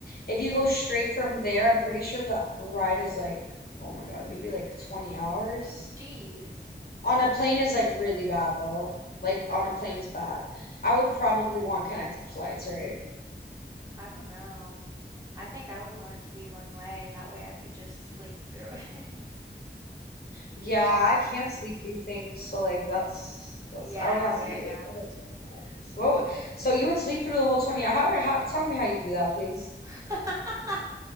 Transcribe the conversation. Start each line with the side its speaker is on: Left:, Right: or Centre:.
Left: if you go straight from there, I'm pretty sure the ride is like oh my God, maybe like 20 hours.
Right: Geez,
Left: On a plane is like really bad though. Like on a plane is bad. I would probably want connecting flights, right?
Right: I don't know. I think I would want it to be one way. That way I could just sleep through <laughs> it.
Left: Yeah, I can't sleep through things, so like that's that's
Right: Yeah,
Left: I would have
Right: yeah,
Left: to be
Right: yeah.
Left: awake the whole 20 hours. Whoa. So you would sleep through the whole 20 hours. How, how tell me how you do that, please.
Right: <laughs>